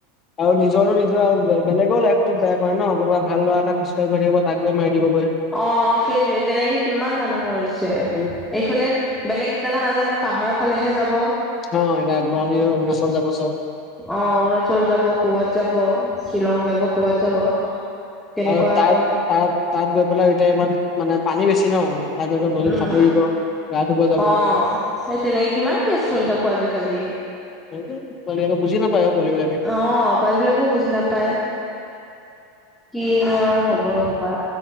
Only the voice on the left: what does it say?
আৰু নিজৰো নিজৰ বেলেগেও লাইফটো বেয়া কৰে ন কোনোবা ভাল লৰা এটা ক আহি থাকিব তাক গৈ মাৰি দিব বুলি।
উম
অঁ এইবাৰ গৰম দিনত অৰুণাচল যাব চব।
আৰু তাত
তাত তাত গৈ পেলাই এতিয়া ইমান মানে পানী বেছি ন, তাত গৈ ত' নদীত
সাঁতুৰিব। গা ধুব যাব
এ পোৱালি বিলাকে বুজি নাপায় পোৱালিবিলাকে।